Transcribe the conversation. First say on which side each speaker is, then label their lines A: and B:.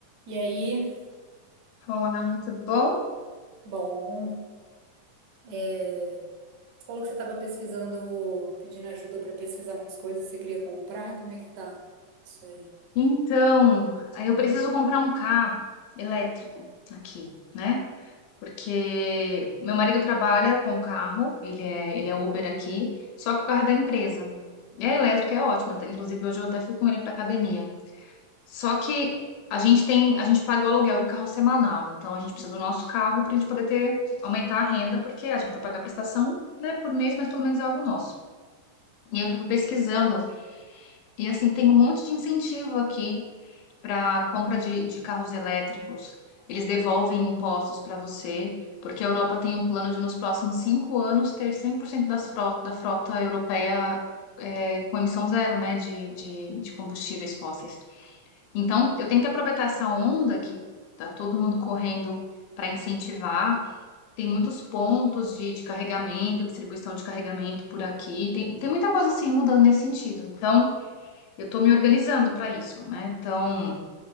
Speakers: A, on the right; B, on the left.
A: E aí,
B: Olá, tudo bom?
A: bom, é, você falou que você estava pesquisando, pedindo ajuda para pesquisar umas coisas, você queria comprar, como é que tá isso aí?
B: Então, aí eu preciso comprar um carro elétrico aqui, né? Porque meu marido trabalha com carro, ele é, ele é Uber aqui, só que o carro é da empresa. E a elétrica é ótima, tá? inclusive hoje eu até fui com ele para academia. Só que a gente tem, a gente paga o aluguel do carro semanal, então a gente precisa do nosso carro para a gente poder ter, aumentar a renda, porque a gente vai pagar a prestação, né, por mês, mas pelo menos é algo nosso. E eu estava pesquisando E assim, tem um monte de incentivo aqui para compra de, de carros elétricos. Eles devolvem impostos para você, porque a Europa tem um plano de, nos próximos cinco anos, ter 100% das frota, da frota europeia é, com emissão zero, né, de, de, de combustíveis fósseis. Então, eu tenho que aproveitar essa onda que tá todo mundo correndo para incentivar. Tem muitos pontos de, de carregamento, distribuição de carregamento por aqui. Tem, tem muita coisa assim mudando nesse sentido. Então, eu estou me organizando para isso, né? Então,